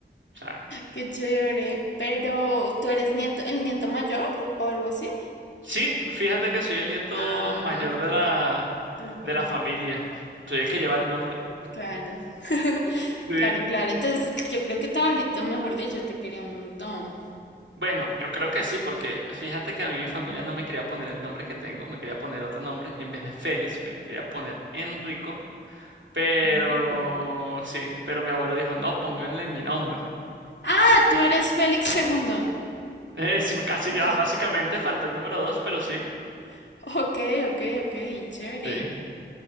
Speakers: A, on the right (about 80°); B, on the left (about 70°).
A: O sea,
B: Qué chévere. Pero, ¿tú eres nieto, el nieto mayor o algo así?
A: sí, fíjate que soy el nieto
B: Ah,
A: mayor de la,
B: De la familia.
A: de la familia. Soy el que lleva el nombre.
B: Claro. <laughs>
A: Sí.
B: Claro, claro. Entonces, yo creo que tu abuelito, mejor dicho, te quería un montón.
A: Bueno, yo creo que sí, porque fíjate que a mí mi familia no me quería poner el nombre que tengo, me quería poner otro nombre. En vez de Félix, me quería poner Enrico. Pero
B: Rico.
A: sí, pero mi abuelo dijo, no, pónganle mi nombre.
B: Ah,
A: Sí.
B: tú eres
A: <laughs>
B: Félix segundo.
A: Eh, sí, casi,
B: Ah,
A: ah, básicamente faltó el número dos, pero sí.
B: <laughs> ok, ok, ok, chévere.
A: Sí.